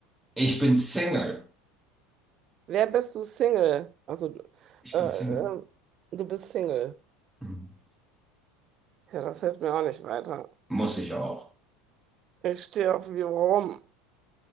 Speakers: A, in the centre; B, on the right.
A: Ich bin Single.
B: Wer bist du Single? Also,
A: Ich
B: äh,
A: bin
B: äh,
A: Single.
B: du bist Single.
A: Mhm.
B: Ja, das hilft mir auch nicht weiter.
A: Muss ich auch.
B: Ich stehe auf wie rum.